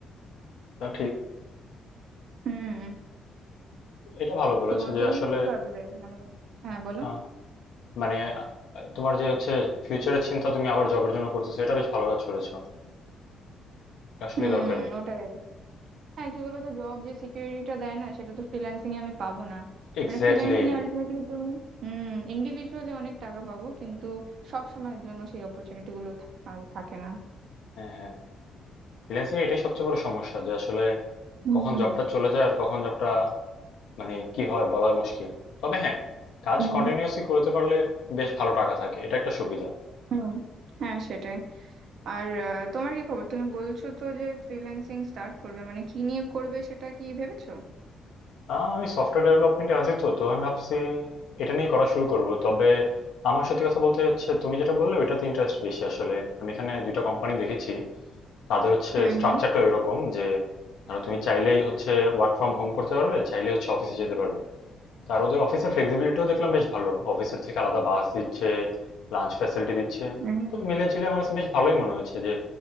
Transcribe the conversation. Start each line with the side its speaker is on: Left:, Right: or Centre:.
Left: তা ঠিক
Right: হুম
Left: এটা ভালো বলেছো
Right: তো
Left: যে
Right: তুমি
Left: আসলে
Right: কি ভাবলে মানে হ্যাঁ বলো
Left: আহ, মানে আহ, তোমার যে হচ্ছে ফিউচারের চিন্তা তুমি আবার জবের জন্য করতেছো এটা বেশ ভালো কাজ করেছো এটা আসলে
Right: হুম
Left: দরকারি
Right: ওটাই হ্যাঁ কি বলতো জব যে সিকিউরিটিটা দেয় না সেটা তো ফ্রিল্যান্সিং এ আমি পাবো না
Left: এক্স্যাক্টলি
Right: মানে ফ্রিল্যান্সিং এ আলটিমেটলি তুমি হুম ইন্ডিভিজুয়ালি অনেক টাকা পাবো কিন্তু সব সময়ের জন্য সেই অপরচুনিটি গুলো থা- আর থাকে না
Left: হ্যাঁ হ্যাঁ ফ্রিল্যান্সিং এটাই সবচেয়ে বড় সমস্যা যে আসলে
Right: হুম
Left: কখন জবটা চলে যায় আর কখন জবটা মানে কি হয় বলা মুশকিল তবে হ্যাঁ কাজ
Right: হুম
Left: কন্টিনিউয়াসলি করতে পারলে বেশ ভালো টাকা থাকে এটা একটা সুবিধা
Right: হুম হ্যাঁ সেটাই আর আহ, তোমার কি খবর তুমি বলছো তো যে ফ্রিল্যান্সিং স্টার্ট করবে মানে কি নিয়ে করবে সেটা কি ভেবেছো
Left: আহ, আমি সফটওয়্যার ডেভেলপমেন্টে আছি তো তো আমি ভাবছি এটা নিয়ে করা শুরু করব তবে আমার সত্যি কথা বলতে হচ্ছে তুমি যেটা বললে ওইটাতে ইন্টারেস্ট বেশি আসলে আমি এখানে দুইটা কোম্পানি দেখেছি তাদের হচ্ছে
Right: হুম
Left: স্ট্রাকচারটা
Right: হুম
Left: এরকম যে ধরো তুমি চাইলেই হচ্ছে ওয়ার্ক ফ্রম হোম করতে পারবে চাইলেই হচ্ছে অফিসে যেতে পারবে আর ওদের অফিসের ফ্লেক্সিবিলিটিও দেখলাম বেশ ভালো অফিসের থেকে আলাদা বাস দিচ্ছে লাঞ্চ ফ্যাসিলিটি দিচ্ছে
Right: হুম
Left: তো মিলে ঝিলে আমার কাছে বেশ ভালোই মনে হচ্ছে যে